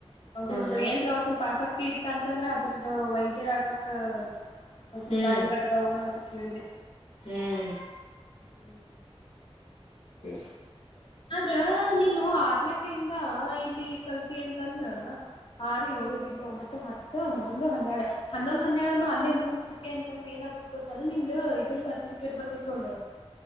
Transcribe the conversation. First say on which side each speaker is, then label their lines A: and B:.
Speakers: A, on the left; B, on the left.
A: ಅವದು
B: ಹೇಳ
A: ಏನ್ರ ಒಂದ್ ಸ್ವಲ್ಪ ಪಾಸ್ ಆತ ಇತ್ತ ಅಂತಂದ್ರೆ ಅದ್ರದ್ದ ವೈದ್ಯರಾಗಕ್ ಒಂದಸ
B: ಹ್ಮ್
A: ದಾರಿಗಳದ ಹೂ ಆಿ ಕೇಳಿದೆ
B: ಹ್ಮ್
A: ಹ್ಮ
B: ಹ್ಮ್
A: ಆದ್ರ ನೀನು ಆರನೇತಿಂದ ಇಲ್ಲಿ ಕಲ್ತ ಅಂತಂದ್ರ ಆರು ಏಳು ರಟ ಒಂಬತ್ತು ಹತ್ತು ಹನ್ನೊಂದು ಹನ್ನೆರಡು ಹನ್ನೊಂದು ಹನ್ನೆರಡುನು ಅೇ ಮುಗಿಸ್ಬಿಟ್ಟ ಅಂತಂದ್ರೆ ಏನಾಗುದುದು ಗೊತ್ತ ನಿಮ್ದ ಇದ್ರ ಸರ್ಟಿಫಿಕ ಿಕಟ್ ಬರ್ತೈ ಒಂದ